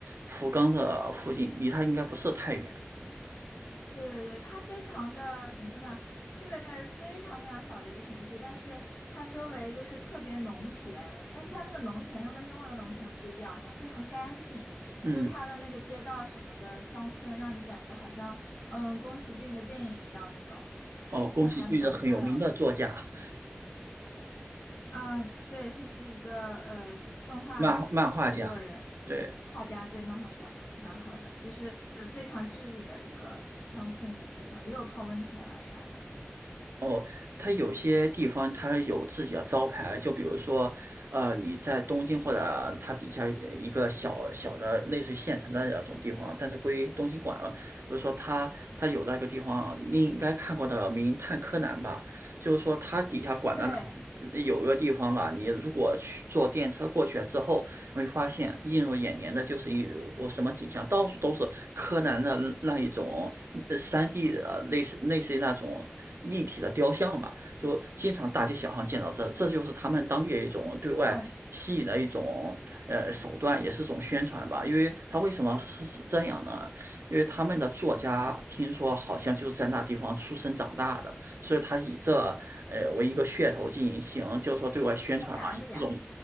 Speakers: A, on the right (about 65°); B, on the left (about 70°).
A: 福冈的附近，离它应该不是太远。
B: 对对对，它非常的怎么说呢？这个非常非常小的一个城市，但是它周围就是特别农田，但是它那个农田又跟中国的农田不一样，它非常干净，
A: 嗯，
B: 就是它的那个街道什么的，乡村让你感觉好像嗯宫崎骏的电影一样那种，
A: 哦，宫崎骏是很有名的作家、
B: 就还蛮漂亮的。啊，对，他是一个呃动画制作人、
A: 漫漫画家，
B: 呃漫画家，
A: 对，
B: 对，漫画家嘛，蛮好的，就是非常治愈的一个乡村的地方，也有泡温泉啊啥的。
A: 哦，他有些地方他有自己的招牌，就比如说，呃，你在东京或者它底下一个小小的类似于县城的那种地方，但是归东京管了。比如说他他有那个地方，你应该看过的《名探柯南》吧？就是说它底下管的
B: 对，
A: 那有一个地方吧，你如果去坐电车过去之后，你会发现映入眼帘的就是一幅什么景象，到处都是柯南的那一种 3D 的类似类似于那种立体的雕像吧，就经常大街小巷见到这，这就是他们当地的一种对外。
B: 嗯，
A: 吸引的一种呃手段，也是一种宣传吧。因为他为什么是是这样呢？因为他们的作家听说好像就是在那地方出生长大的，所以他以这呃为一个噱头进行，就是说对外宣传嘛，
B: 在哪里呀？
A: 以这种，